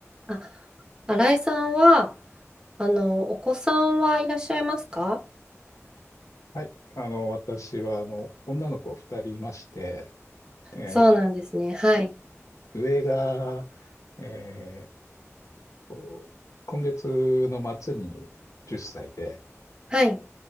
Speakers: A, on the right; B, on the left.
A: あ、新井さんは、あの、お子さんはいらっしゃいますか
B: はい。あの、私は、あの、女の子二人いまして、えー
A: そうなんですね。はい。
B: 上が、えーと今月の末に10歳で、
A: はい。